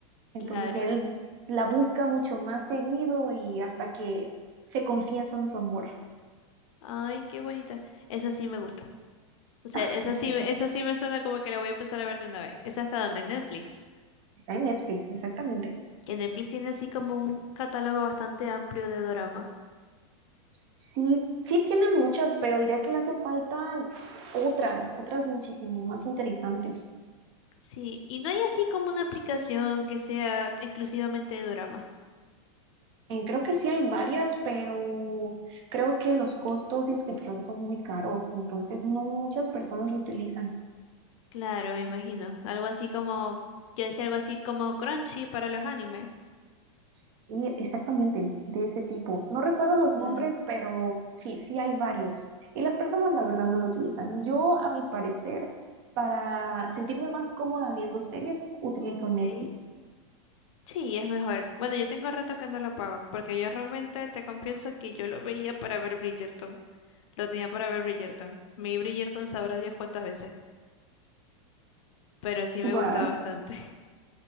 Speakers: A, on the right; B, on the left.
A: Entonces
B: Claro.
A: él la busca
B: Ajá.
A: mucho más seguido y hasta que se confiesan su amor.
B: Ay, qué bonita. Esa sí me gusta. O sea,
A: <laughs>
B: esa sí, esa sí me suena como que la voy a empezar a ver de una vez. ¿Esa está donde? En Netflix.
A: Está en Netflix, exactamente.
B: Que Netflix tiene así como un catálogo bastante amplio de dorama.
A: Sí, sí tiene muchas, pero diría que le hace falta otras, otras muchísimo más interesantes.
B: Sí, y no hay así como una aplicación que sea exclusivamente de dorama.
A: Eh, creo que sí hay varias, pero creo que los costos de inscripción son muy caros, entonces no muchas personas lo utilizan.
B: Claro, me imagino. Algo así como, yo decía algo así como Crunchy para los animes.
A: Sí, exactamente, de ese tipo. No recuerdo los
B: Claro.
A: nombres, pero sí, sí hay varios. Y las personas, la verdad, no lo utilizan. Yo, a mi parecer, para sentirme más cómoda viendo series, utilizo Netflix.
B: Ok. Sí, es mejor. Bueno, yo tengo rato que no lo pago, porque yo realmente te confieso que yo lo veía para ver Bridgerton. Lo tenía para ver Bridgerton. Mi Bridgerton sabrá Dios cuántas veces. pero sí me
A: Wow.
B: gusta bastante. <laughs>